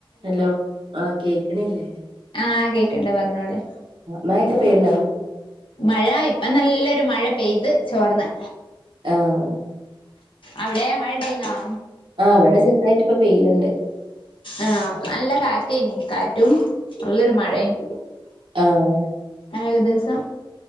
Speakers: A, on the right; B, on the left.
A: Hello ആ കേക്കണില്ലേ
B: ആഹ് കേക്ണ്ട് പറഞ്ഞോളി
A: മയൊക്ക പെയ്യ്ണ്ടോ
B: മഴ ഇപ്പ നല്ലൊരു മഴ പെയ്ത് ചോർന്ന്
A: ആഹ്
B: അവിടെ മഴ ണ്ടായിന്നോ
A: ആ ഇവിടെ ചെറുതായിട്ട് ഇപ്പൊ പെയ്യ്ണ്ട്
B: ആ നല്ല കാറ്റായ്നി കാറ്റും നല്ലൊരു മഴയും
A: ആഹ്
B: ഏല ദിവസം